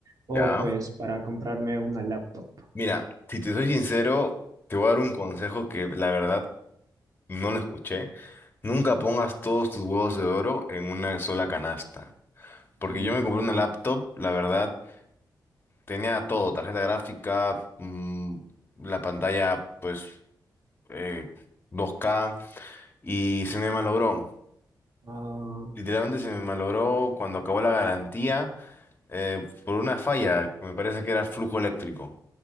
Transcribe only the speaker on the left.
¿Ya?
Mira, si te soy sincero, te voy a dar un consejo que la verdad no lo escuché. Nunca pongas todos tus huevos de oro en una sola canasta. Porque
yo me compré una laptop, la verdad Tenía todo, tarjeta gráfica, mm, la pantalla, pues, eh, 2K, y se me malogró.
Literalmente se me malogró cuando acabó la garantía, eh, por una falla, que me parece que era flujo eléctrico.